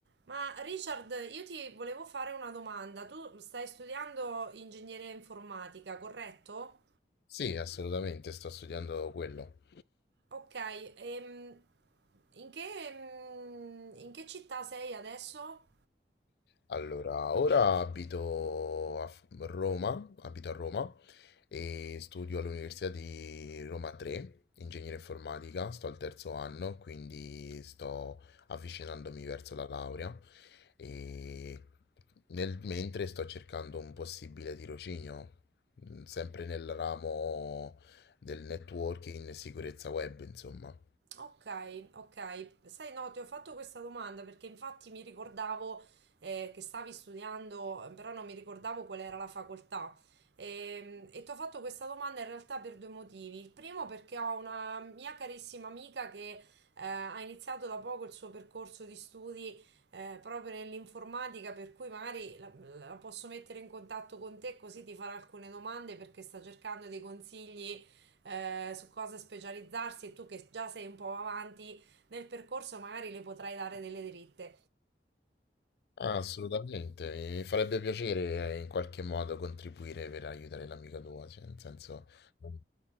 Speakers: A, on the right (about 75°); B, on the left (about 65°).
A: Ma Richard, io ti volevo fare una domanda. Tu stai studiando ingegneria informatica, corretto?
B: Sì, assolutamente, sto studiando quello.
A: Ok, ehm, in che, mm, in che città sei adesso?
B: Allora, ora abito a F- Roma, abito a Roma e studio all'Università di Roma 3, ingegneria informatica, sto al terzo anno, quindi sto avvicinandomi verso la laurea e nel mentre sto cercando un possibile tirocinio, mm, sempre nel ramo del networking e sicurezza web, insomma.
A: Ok, ok. Sai, no, ti ho fatto questa domanda perché infatti mi ricordavo eh, che stavi studiando, però non mi ricordavo qual era la facoltà. Ehm, E, ti ho fatto questa domanda in realtà per due motivi. Il primo perché ho una mia carissima amica che eh, ha iniziato da poco il suo percorso di studi eh, proprio nell'informatica, per cui magari la, la posso mettere in contatto con te così ti farà alcune domande perché sta cercando dei consigli eh, su cosa specializzarsi e tu che già sei un po' avanti nel percorso magari le potrai dare delle dritte.
B: Ah, assolutamente, mi farebbe piacere eh, in qualche modo contribuire per aiutare l'amica tua, cioè nel senso... mm,